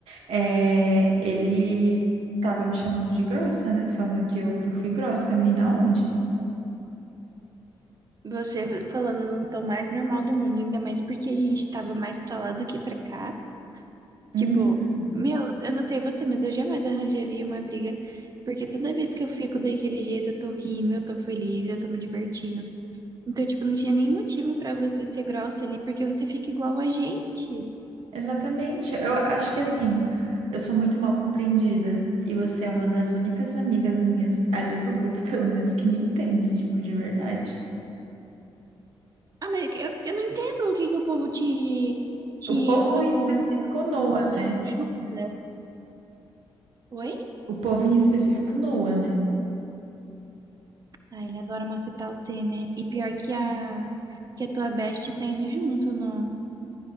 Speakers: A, on the right; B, on the right.
A: É, ele tava me chamando de grossa, né? Falando que eu, que eu fui grossa, que a menina aonde?
B: Você falando no tom mais normal do mundo, ainda mais porque a gente tava mais pra lá do que pra cá.
A: Uhum.
B: Tipo, meu, eu não sei você, mas eu jamais arranjaria uma briga, porque toda vez que eu fico daquele jeito, eu tô rindo, eu tô feliz, eu tô me divertindo. Então, tipo, não tinha nem motivo pra você ser grossa ali, porque você fica igual a gente.
A: Exatamente. Eu acho que assim, eu sou muito mal compreendida. E você é uma das únicas amigas minhas ali do grupo, <laughs> pelo menos, que me entende, tipo, de verdade.
B: Ah, mas eu, eu não entendo o que que o povo te, te
A: O povo
B: usa
A: em
B: como
A: específico Noa, né?
B: Judas. Oi?
A: O povo em específico Noa, né?
B: Ah, ele adora macetar você, né? E pior que a, que a tua best tá indo junto no,